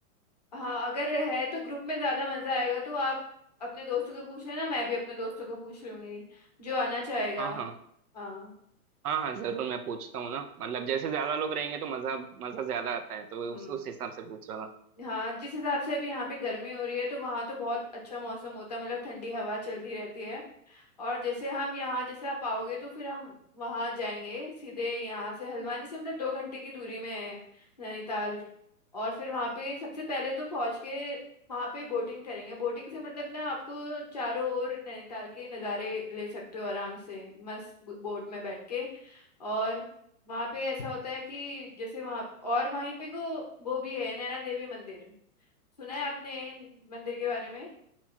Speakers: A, on the left; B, on the right.
A: हाँ अगर है तो ग्रुप में ज्यादा मजा आएगा तो आप अपने दोस्तों को पूछ लेना मैं भी अपने दोस्तों को पूछ लूंगी जो आना चाहेगा
B: हाँ हाँ
A: हाँ
B: हाँ हाँ जरूर मैं पूछता हूँ ना मतलब जैसे ज्यादा लोग रहेंगे तो मजा मजा ज्यादा आता है तो
A: हम्म
B: उस उस हिसाब से पूछ रहा था
A: हाँ जिस हिसाब से अभी यहाँ पे गर्मी हो रही है तो वहाँ तो बहुत अच्छा मौसम होता है मतलब ठंडी हवा चलती रहती है और जैसे हम यहाँ जैसे आप आओगे तो फिर हम वहाँ जाएंगे सीधे यहाँ से हल्द्वानी से मतलब दो घंटे की दूरी में है नैनीताल और फिर वहाँ पे सबसे पहले तो पहुँच के वहाँ पे बोटिंग करेंगे बोटिंग से मतलब ना आपको चारों ओर नैनीताल के नज़ारे ले सकते हो आराम से मस्त बोट में बैठ के और वहाँ पे ऐसा होता है कि जैसे वहाँ और वहीं पे को वो भी है नैना देवी मंदिर सुना है आपने मंदिर के बारे में